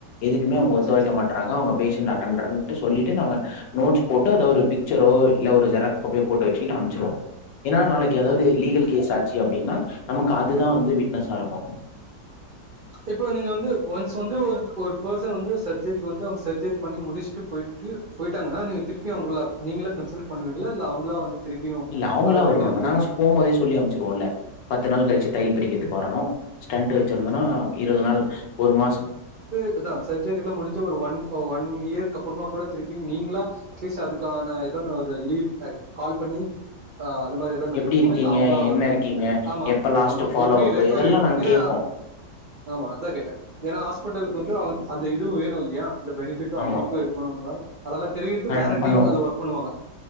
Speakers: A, on the left; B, on the right.
A: எதுக்குமே அவுங்க ஒத்துழைக்க
B: சரி சரி
A: மாட்டறாங்க அவுங்க பேஷன்ட் அட்டெண்டர் இன்ட்டு சொல்லிட்டு நாங்க நோட்ஸ் போட்டு அத ஒரு பிக்சரோ இல்ல ஒரு ஜெராகப்பியோ போட்டு வெச்சுட்டு அமைச்சிருவோ ஏன்னா நாளைக் கி ஏதாது
B: ஓகே
A: லீகல் கேஸ் ஆச்சு அப்டின்னா நமக்கு அதுதா வந்து விட்னஸா இருக்கு
B: இப்போ நீங்க வந்து ஒன்ஸ் வந்து ஒருத் ஒரு பெர்சன் வந்து சர்ஜரிக்கு வந்து அவுங்க சர்ஜரி பண்ணி முடிச்சுட்டு போயிட்டு போயிட்டாங்கன்னா நீங்க திருப்பி அவுங்கள நீங்களே கன்சல்ட் பண்ணுவீங்களா இல்ல அவங்களா வந்து திருப்பியு
A: இல்ல அவங்களா
B: வர வரைக்கு
A: வருவாங்க
B: நம்ம வெயிட்
A: நாங்க போம்போதே சொல்லி அமிச்சிடுவோல்ல பத்து நாள் கழிச்சி தையல் பிரிக்கிறதுக்கு வரணு ஸ்டன்ட் வெச்சிருந்தோன்னா
B: ஓகே
A: இருவது நாள் ஒரு மாச
B: கரெக்டு தா இப்பதா சர்ஜரில்லா முடிஞ்சி ஒரு ஒன் ஒன் இயருக்கு அப்புறமா கூட திருப்பி நீங்களா அட்லீஸ்ட் அதுக்கான ஏதோன்னு ஒரு லீட் அ கால் பண்ணி ஆ அது மாரி ஏதோ ஒன்னு
A: எப்டி
B: இருக்குமோ
A: இருக்கீங்க
B: இல்ல அவுங்களா
A: என்ன
B: வந்
A: இருக்கீங்க
B: ஆமா
A: எப்ப லாஸ்ட்
B: ஆமா
A: ஃபாலோ
B: எப்டி
A: அப்பு
B: ரெக்கவரி
A: இதெல்லா நாங்க
B: இதையா
A: கேப்போ
B: ஆமா அதா கேட்ட ஏன்னா ஹாஸ்பிட்டலுக்கு வந்து அவங் அந்த இதுவு வேணு இல்லையா அந்த பெனிஃபிட்டு அவுங்களுக்கு
A: ஆமா
B: இருக்கணும் பாங்க அதெல்லா தெரிவித்து
A: அ
B: வேற
A: பண்ணுவோ
B: டீம் அது ஒர்க் பண்ணுவாங்க